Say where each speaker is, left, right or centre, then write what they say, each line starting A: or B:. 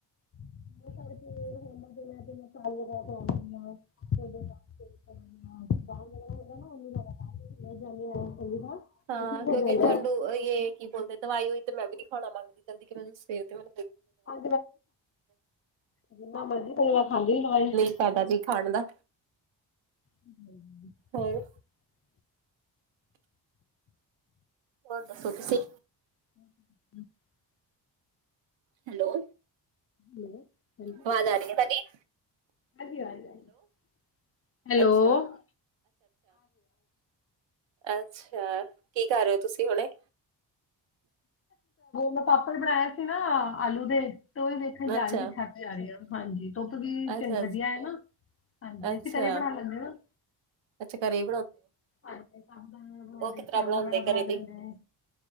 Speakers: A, on the left; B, on the right.
A: <unintelligible> <unintelligible>
B: ਹਾਂ।
A: ਤੇ ਠੀਕ
B: ਕੇਓਂ
A: ਹੋ ਜਾਂਦਾ
B: ਕੇ ਝੰਡੂ ਅ ਏ ਕੀ ਬੋਲਦੇ, ਦਵਾਈ ਹੋਈ ਤੇ ਮੈਂ ਵੀ ਨੀ ਖਾਣਾ ਮੰਗਦੀ ਜਲਦੀ ਕਿ ਮੈਨੂੰ ਸੇਤ ਤੇ ਮੈ
A: <unintelligible> ਜਿੰਨਾ ਮਰਜੀ ਕਜ ਮੈਂ ਖਾਂਦੀ ਦਵਾਈ
B: ਨਹੀਂ ਫਾਇਦਾ ਜੀ ਖਾਣ ਦਾ
A: <unintelligible>
B: ਹੋਰ ਹੋਰ ਦੱਸੋ ਤੁਸੀ?
A: <inaudible>
B: ਹੈਲੋ
A: ਹੈਲੋ ਹਾਂਜੀ
B: ਵਾਜ ਆ ਰੀ ਆ ਤਾਡੀ?
A: ਹਾਂਜੀ ਆ ਆਰੀ, ਐ ਆਰੀ ਐ। ਹੈਲੋ
B: ਅੱਛਾ ਅੱਛਾ-ਕੀ ਕਰ ਰਿਓ ਤੁਸੀਂ ਹੁਣੇ?
A: ਮੈਂ ਪਾਪੜ ਬਣਾਇਆ ਸੀ ਨਾ ਆਲੂ ਦੇ ਉਹੀ ਦੇਖਣ ਜਾ
B: ਅੱਛਾ,
A: ਰਹੀ ਸੀ ਛੱਤ ਜਾ ਰਹੀ ਆਂ ਧੁੱਪ ਵੀ <unintelligible>
B: ਅੱਛਾ,
A: ਵਧੀਆ
B: ਅੱਛਾ,
A: ਨਾ। ਹਾਂਜੀ,
B: ਅੱਛਾ,
A: ਅਸੀਂ ਘਰੇ ਬਣਾ ਲੈਂਨੇ ਆ ਨਾ
B: ਅੱਛਾ ਘਰੇ ਈ
A: ਹਾਂਜੀ, ਸਾਬੂਦਾਨਾ ਵਾਲਾ ਬਣਾਂਦੇ
B: ਕਿਸ
A: ਚਾਵਲ
B: ਤਰ੍ਹਾਂ ਬਣਾਉਂਦੇ
A: ਵਾਲਾ਼ ਬਣਾ
B: ਘਰੇ ਤੁਹੀ?
A: ਲੈਂਦੇ।